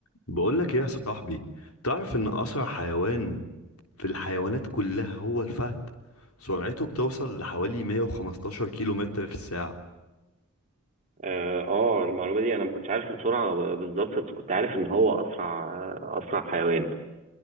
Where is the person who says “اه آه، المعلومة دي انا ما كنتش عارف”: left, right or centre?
Right